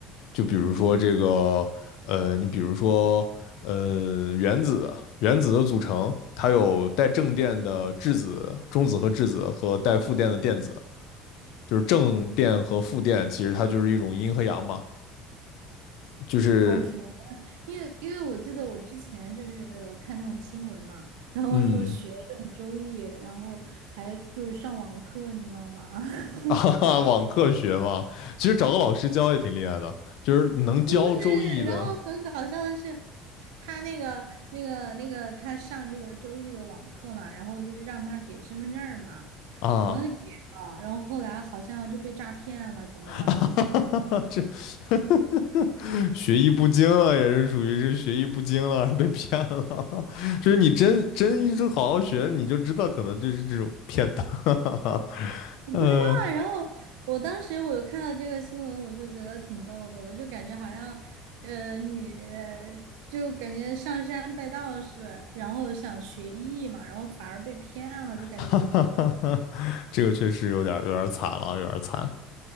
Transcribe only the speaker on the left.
就比如说这个，
呃，你比如说，呃，原子，原子的组成，它有带正电的质子、中子和质子，和带负电的电子，就是正电和负电，其实它就是一种阴和阳嘛，就是，
嗯，
<laughs>
啊哈哈，网课学嘛，其实找个老师教也挺厉害的，就是能教《周易》的
啊。
<laughs> 哈哈哈，这 <laughs> 学艺不精了，也是属于是学艺不精了，被骗了。<laughs> 就是你真真一直好好学，你就知道可能就是这种骗的。<laughs>
呃，
<laughs> 这个确实有点有点惨了，有点惨。